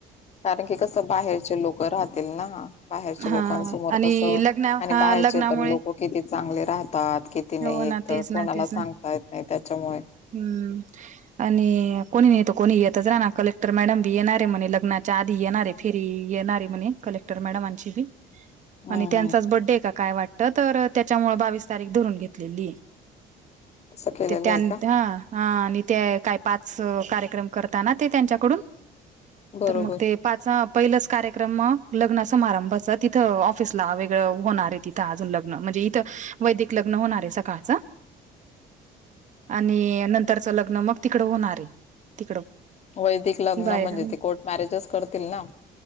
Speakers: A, on the left; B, on the right.
A: कारण की कसं बाहेरचे लोक राहतील ना बाहेरच्या
B: हा
A: लोकांसमोर
B: आणि
A: कसं
B: लग्न
A: आणि
B: हा
A: बाहेरचे
B: लग्नामुळे
A: पण लोक किती चांगले राहतात कि ति नाही
B: हो
A: एक
B: ना
A: तरर
B: तेच
A: कोणाला
B: ना तेच
A: सांगता
B: ना
A: येत नाही त्याच्यामुळे
B: हम्म आणि कोणी नाही तर कोणी येतच रा ना कलेक्टर मॅडम बी येणारे म्हणे लग्नाच्या आधी येणारे फेरी येत येणार म्ह ने कलेक्टर मॅडम आमची बी
A: हम्म.
B: आणि त्यांचाच बर्थडे आहे काय वा तर तर त्याच्या मुळे बावीस तारीख धरून घेतलेली
A: असं केलेलं
B: ते त्यां
A: आहे का
B: हा हा आणि ते काय पाच कार्यक्रम करताना त्यांच्याकडून
A: बरोबर.
B: तर मग ते प ्र लग् समारंभ तिथ ऑफिसला वेगळं होणार आहे तिथं अजून लग्न म्हणजे इथ वैदिक लग्न होणार आहे सकाळच
A: <inaudible>
B: आणि नंतरच लग्न मग तिकड होणार आहे तिकडं
A: वैदिक लग्न
B: बाहेर
A: म्हणजे ते कोर्ट मॅरेजच करतील ना